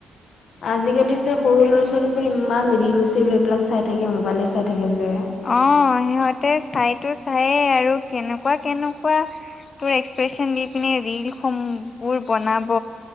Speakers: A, on the left; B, on the left.
A: আজি কালি যে, সৰু ল'ৰা ছোৱালীবোৰ ইমান ৰিলচ, চিল এইবিলাক চাই থাকে, মোবাইলে চাই থাকে যে।
B: অ'! সিহঁতে, চাইতো চায়ে আৰু কেনকুৱা- কেনকুৱা তোৰ, এক্সপ্ৰেচন দি পিনে, ৰিল সমূহ, বোৰ বনাব।